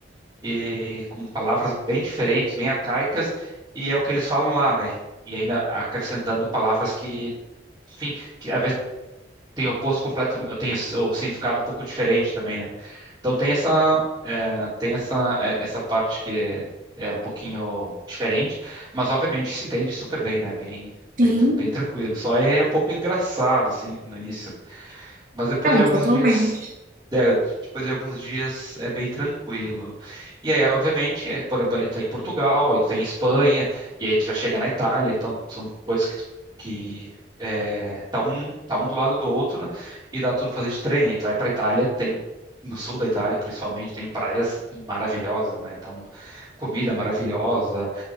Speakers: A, on the right (about 20°); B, on the right (about 45°).
A: e com palavras bem diferentes, bem arcaicas e é o que eles falam lá, né? E ainda acrescentando palavras que, enfim, que às tem o posto completo, tem o, o significado um pouco diferente também, né? Então tem essa é, tem essa é, essa parte que é, é um pouquinho diferente, mas obviamente se entende super bem, né? Bem
B: Sim,
A: bem, tran- bem tranquilo. Só é um pouco engraçado assim no início mas depois
B: não,
A: de alguns
B: totalmente.
A: dias, é, depois de alguns dias é bem tranquilo. E aí, obviamente, é, por exemplo, ali tu tá em Portugal, aí tu tá em Espanha, e aí tu já chega na Itália, então são coisas que tu, que é, tá um, tá um do lado do outro, né? E dá tudo pra fazer de trem. Aí tu vai pra Itália, tem no sul da Itália, principalmente, tem praias maravilhosas, né? Então, comida maravilhosa